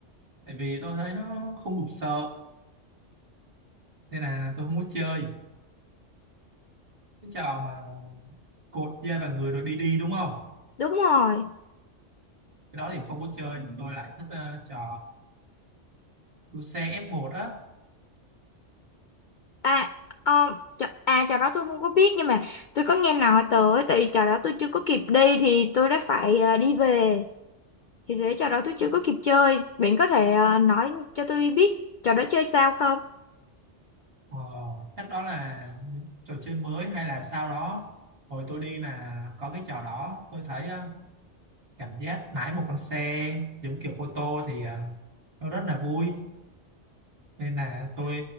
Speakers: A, on the right; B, on the left.
A: tại vì tôi thấy nó không đủ sợ nên là tôi không có chơi cái trò mà cột dây vào người rồi đi đi đúng không
B: Đúng rồi.
A: cái đó thì không có chơi tôi lại thích ờ, trò đua xe F1 á
B: À, ờ, trò- à trò đó tôi không có biết nhưng mà tôi có nghe nói tới tại vì trò đó tôi chưa có kịp đi thì tôi đã phải ờ, đi về thì thế trò đó tôi chưa có kịp chơi bạn có thể ờ, nói cho tôi biết trò đó chơi sao không?
A: ờ, cách đó là những trò chơi mới hay là sau đó hồi tôi đi là có cái trò đó tôi thấy ờ, cảm giác lái một con xe giống kiểu ô tô thì ờ, nó rất là vui nên là tôi